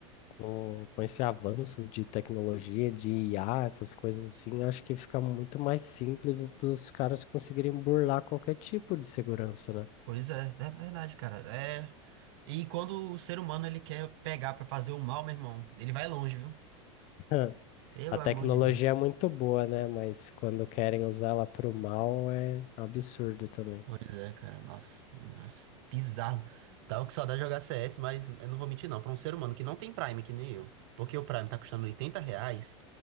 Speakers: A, on the left; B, on the right.
A: com, com esse avanço de tecnologia, de IA, essas coisas assim, acho que fica muito mais simples dos caras conseguirem burlar qualquer tipo de segurança, né?
B: Pois é, é verdade, cara. É. E quando o ser humano ele quer pegar pra fazer o mal, meu irmão, ele vai longe, viu?
A: <laughs>
B: Pelo
A: A tecnologia
B: amor de Deus.
A: é muito boa, né? Mas quando querem usá-la para o mal é absurdo também.
B: Pois é, cara. Nossa, nossa, bizarro. Tava com saudade de jogar CS, mas eu não vou mentir, não. Pra um ser humano que não tem Prime, que nem eu, porque o Prime tá custando 80 reais,